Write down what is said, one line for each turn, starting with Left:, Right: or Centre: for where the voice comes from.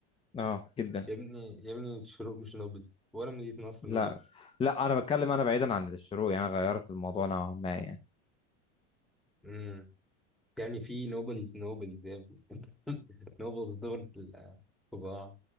Left: اه جدا
Centre: يا ابني يا ابني الشروق مش نوبلز ولا مدينة نصر
Left: لا
Centre: نوبلز
Left: لا انا بتكلم انا بعيدا عن الشروق يعني أنا غيرت الموضوع نوعا ما يعني
Centre: امم يعني في نوبلز نوبلز يا ابني نوبلز دول ال- فظاع